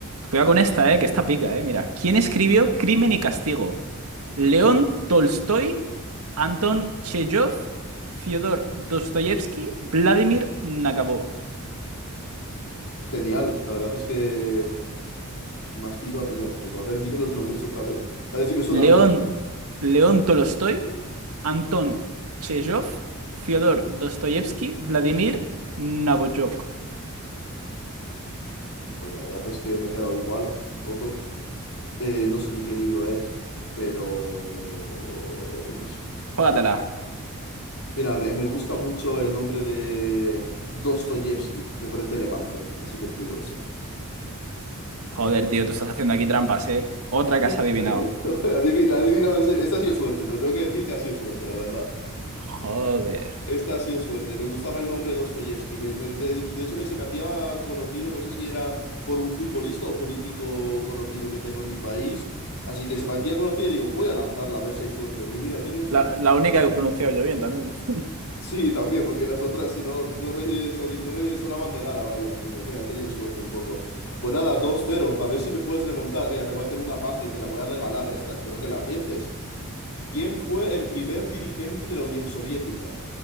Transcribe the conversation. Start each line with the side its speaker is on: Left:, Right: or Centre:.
Right: Cuidado con esta, ¿eh? Que esta pica, ¿eh? Mira. ¿Quién escribió Crimen y Castigo? ¿León Tolstoy? ¿Anton Chejov? ¿Fyodor Dostoyevsky? ¿Vladimir Nabokov?
Left: Genial, la verdad es que me has ido a pillar un poco. A ver, dime los nombres otra vez. A ver si me suena
Right: León,
Left: alguno.
Right: León Tolstói, Anton Chejov, Fyodor Dostoyevsky, Vladimir Nabokov.
Left: Pues la verdad es que me he quedado igual un poco. Eh, no sé ni qué libro es, pero...
Right: Jógatela.
Left: Mira, me, me gusta mucho el nombre de Dostoyevsky, me parece elegante, así que te digo ese.
Right: Joder, tío, tú estás haciendo aquí trampas, ¿eh? Otra que has
Left: <laughs> Adivi-
Right: adivinado.
Left: La he adivinado en serio. Esta ha sido suerte, te lo tengo que decir que ha sido suerte, la verdad.
Right: Joder.
Left: Esta ha sido suerte. Me gustaba el nombre Dostoyevsky. Me- me- de, de hecho, me, se me hacía conocido, no sé si era por un futbolista o político conocido que tengo en mi país. Así que se me hacía conocido y digo, voy a lanzarla a ver si hay suerte. Y mira, he tenido suerte.
Right: La, la única que he pronunciado yo bien también. <laughs>
Left: Sí, también, porque las otras no, no me soli- no me sonaban de nada, vaya. Así que, mira, he tenido suerte un poco. Pues nada, dos 0 A ver si me puedes remontar. Mira, te voy a hacer una fácil, te la voy a regalar esta. Espero que la aciertes. ¿Quién fue el primer dirigente de la Unión Soviética?